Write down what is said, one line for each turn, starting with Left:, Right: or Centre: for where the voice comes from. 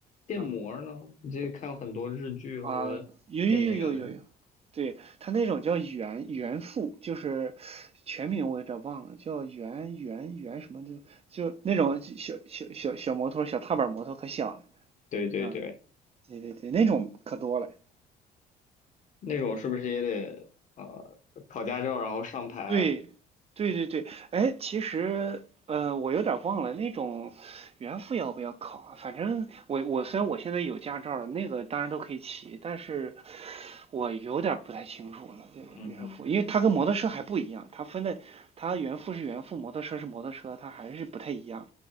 Left: 电摩儿呢？
Right: 啊。
Left: 我记得看过很多日剧和电影呢。
Right: 啊，有有有有有有，对，他那种叫原原付，就是全名我有点忘了，叫原原原什么的，就那种小小小小摩托，小踏板摩托可小了，
Left: 对对对。
Right: 嗯，对对对，那种可多了。
Left: 那种是不是也得呃考驾照，然后上牌？
Right: 对，对对对，哎，其实呃，我有点忘了那种原付要不要考啊？反正我我虽然我现在有驾照了，那个当然都可以骑，但是我有点不太清楚了。这个原付，
Left: 嗯哼，
Right: 因为它跟摩托车还不一样，它分的它原付是原付，摩托车是摩托车，它还是不太一样。